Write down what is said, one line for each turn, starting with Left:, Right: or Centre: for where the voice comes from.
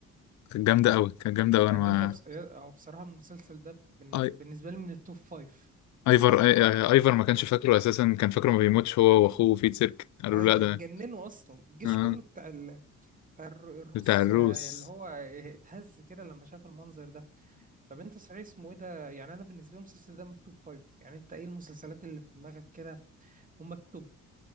Left: جامده قوي كانت جامده قوي
Right: يعني
Left: انا
Right: جامدة بس... أو بصراحة المسلسل ده من...
Left: ما
Right: بالنسبة لي من التوب فايف
Left: ايفر آي- آي- ايفر ما كانش فاكره اساسا كان فاكره ما بيموتش هو واخوه في سيرك قالوا
Right: أيوة
Left: له لا ده
Right: اتجننوا أصلا الجيش
Left: آه
Right: كله بتاع ال... بتاع الر- الروس
Left: بتاع الروس
Right: آه، اللي هو اتهز كده لما شاف المنظر ده طب أنت صحيح اسمه إيه ده يعني أنا بالنسبة لي المسلسل ده من التوب فايف يعني أنت إيه المسلسلات اللي في دماغك كده هم التوب